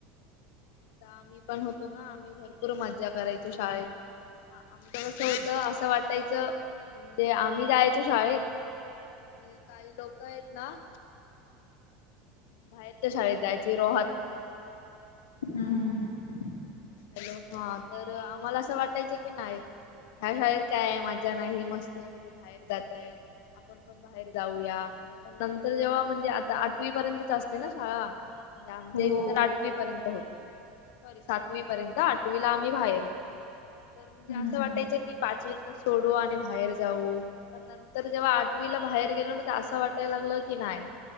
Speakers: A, on the left (about 65°); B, on the left (about 80°).
A: आता आम्हीपण होतो ना, आम्ही भरपूर मज्जा करायचो शाळेत. ह आमचं कसं होतं, असं वाटायचं म्हणजे आम्ही जायचो शाळेत आणि काही लोक हायत ना बाहेरच्या शाळेत जायची. रोहत
B: हं हं हं.
A: हॅलो हा तर आम्हाला असं वाटायचं की नाही ह्या शाळेत काय आहे माझ्या नाही मस्त सगळी बाहेर जातय आपण पण बाहेर जाऊया पण नंतर जेव्हा म्हणजे आता आठवी पर्यंत असते ना शाळा णजे आमच्या
B: हो.
A: इथे तर आठवी पर्यंत होते सॉरी सातवी र्यंत आठवी ला आम्ही बाहेर तर म्हणजे
B: हम्म
A: असं
B: हम्म
A: वाटायचं की पाचवीतला सोड आणि बाहेर जाऊ पण नंतर जेव्हा आठवीला बाहेर गेलो ना तर असं वाटायला लागलं की नाही